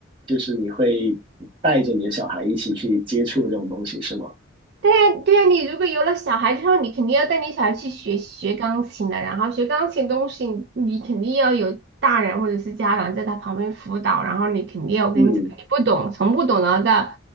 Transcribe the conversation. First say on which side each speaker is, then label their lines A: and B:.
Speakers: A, on the right (about 25°); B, on the right (about 55°).
A: 就是你会带着你的小孩一起去接触这种东西，是吗？
B: 对呀，对呀，你如果有了小孩之后，你肯定要带你小孩去学学钢琴的，然后学钢琴东西，你肯定要有大人或者是家长在他旁边辅导，然后你肯定要我跟你讲，
A: 嗯
B: 你不懂，从不懂，然后到